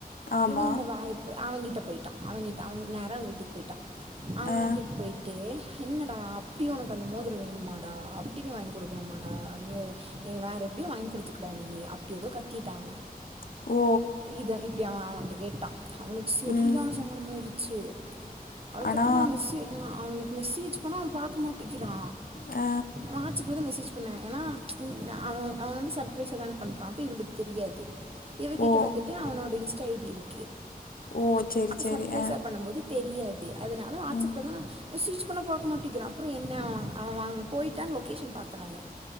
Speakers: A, on the left; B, on the right.
A: ஆமா
B: இவனோட வாய் போய் அவங்கிட்ட போய்ட்டா அவங்கிட்ட அவங் நேரா அவங் வீட்டுக் போய்ட்டா அவ
A: ஆ
B: வீட்டுக்கு போய் டு என்னடா அப்டி உனக்கு அந்த மோதர வேணுமாடா அப்டின்னு வாங்கி கொடுக்கணுமாடா நீயு நீ வேற எப்டியோ வாங்க கொடுத்துக்கடா நீ அப்டி எதோ கத்திட்டா அவ
A: ஓ
B: இத இப்படி அவ அவகிட்ட கேட்டா அவனுக் செரியான
A: ம்
B: சங்கடமா ஆயிருச்சு அதுக்கப்பற
A: அண்ணா
B: நா மெசே நா அவனுக்கு மெசேஜ் பண்ணா அவ பாக்க மாட்டிக்கிறா
A: ஆ
B: வாட்ஸ்அப்பல தா மெசேஜ் பண்ணே ஏன்னா அவ அவ வந்து சர்ப்ரைஸ் தான பண்றா அப்ப இவளுக் தெரியாது இவகிட்ட
A: ஓ
B: வந்துட்டு அவனோட இன்ஸ்டா ஐ டி இருக்கு
A: ஓ சரி
B: அப்ப
A: சரி
B: சர்ப்ரைஸா
A: ஆ
B: பண்ணும்போது தெரியாது அதனால வாட்ச்அப்ல
A: ம்
B: தா நா மெசேஜ் பண்ண பாக்க மாட்டிக்கிறா அப்ற என்ன அவ அவ வாங் போய்ட்டான் லொகேஷன் பாத்த நான்னு